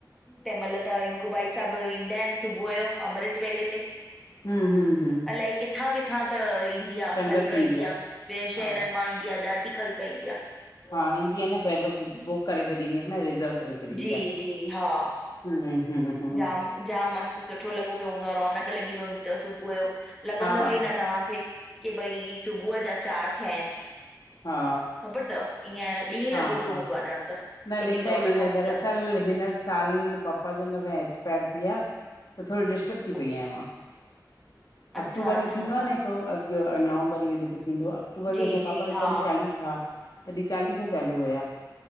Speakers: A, in the centre; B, on the left (about 55°).
A: तंहिं महिल त रिंकू भाई साहिब ईंदा आहिन सुबुह जो अमृत वेले ते।
B: हम्म हम्म हम्म।
A: अलाए किथां किथां त ईंदी आ
B: संगत
A: खल्क
B: थींदी
A: ईंदी
B: आहे
A: आ, ॿिये
B: हा
A: शहर मांं ईं ईंदी आ ॾाढी खल्क ईंदी आ।
B: हा ईंदी आ न पहिरों बुक करे छॾींदी आ न रिजर्व करे छॾींदी
A: जी
B: आ।
A: जी हा
B: हम्म हम्म। हम्म
A: जाम जाम मस्तु सुठो लॻो पियो हूंदो आ रौनक लॻी पई हूंदी तव सुबुह जो। लॻंदव
B: हा
A: ई न तव्हांखे की भाई सुबुह जा चार थिया आहिनि।
B: हा
A: खबर तव ईअं ॾींहुं
B: हा
A: लॻो पियो
B: हा
A: हूंदो आ ॼण त
B: न वेंदा
A: एॾी रोनक
B: ई
A: हूंदी आ।
B: <unintelligible> साल पपा जन असांजा एक्सपायर थी विया त थोरी डिस्टर्ब थी
A: अछ
B: पई आहियां मां।
A: अच्छा
B: अक्टूबर
A: अच्छा
B: में थींदो आ
A: हा
B: न हिकड़ो अगि नवंबर इहो जेको थींदो आ अक्टूबर में
A: जी
B: असांजे
A: जी
B: पापा
A: हा
B: तॾहिं हा तॾहिं चालीसा चालू हुया